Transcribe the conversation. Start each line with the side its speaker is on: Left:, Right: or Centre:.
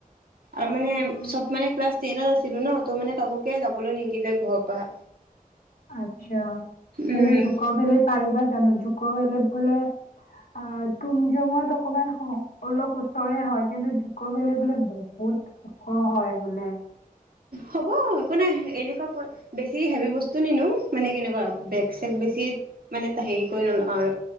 Right: আৰু মানে
Left: উম,
Right: চব মানে ক্লাছ টেনত আছিলো ন ত মানে কাকে যাবলৈ নিদিলে ঘৰৰ পৰা।
Left: আচ্ছা। কিন্তু
Right: উম
Left: যোকোভেলি পাৰবা জানো? কৌ বেলেত বোলে অ তুম জাং অকমান অলপ ওচৰে হয় কিন্তু জুক বলে বোলে বহুত বহুত ওখ হয় বোলে।
Right: হ'ব একো নাই এনেকুৱা বেছি হেভি বস্তু নিনো মানে কেনেকুৱা বেগ চেগ বেছি মানে হেৰি কৰি নলওঁ আৰু